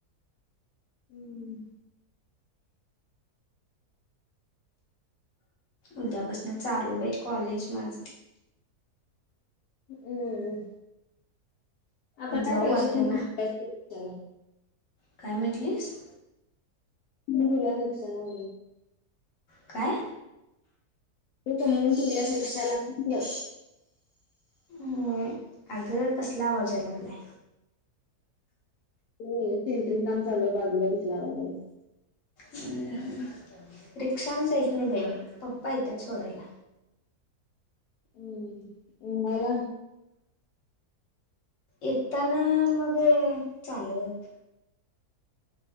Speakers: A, on the left; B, on the left.
A: हम्म
B: उद्यापासन चालू बाई कॉलेज माझ.
A: हम्म आता काय
B: जाऊ
A: पाहिजे‌
B: वाटतं
A: मग
B: ना
A: त्याला
B: काय म्हटलीस
A: मी तुला रिक्षा ना म्हणले.
B: काय?
A: ते समून तल्यास रिक्षाला म्हटलं.
B: अ अगं कसला आवाज या लागलाय
A: ते सिंटरिंग काम चालू आहे बाजूला तिथल्या आवाज आला
B: हम्म् रिक्षाम जायेत नाही बाई मी पप्पा येतात सोडायला.
A: हम्म न्यायला.
B: एकताना मग चालत